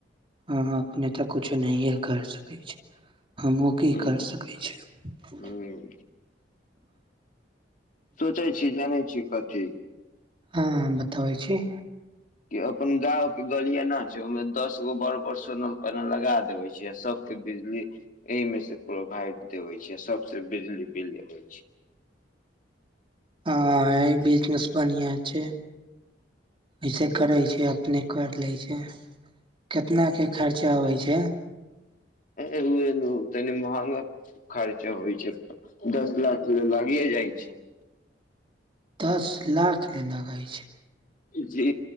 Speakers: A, on the right (about 30°); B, on the left (about 45°).
A: हँ अपने तऽ कुछो नहिए कर सकैत छी हमहुँ की
B: हूँ
A: कर सकैत छी
B: हूँ सोचै छी जानै छी कथी
A: हँ बताबै छी
B: के अपन गांव के गलिया ना छै ओहिमे दस गो बड़ बड़ सोनल पैनल लगा देबै छियै आ सबके बिजली एहिमे से प्रोवाइड देबै छियै आ सबसे बिजली बिल लेबै छियै <inaudible>
A: आंय बिजनेस बनियां छै वइसे करै छै अपने कर लै छै केतना के खर्चा होइ छै
B: एल तनी महंगा खर्चा होइ छै दस लाख ले लागिये जाइ छै
A: दस लाख ले लागै छै
B: जी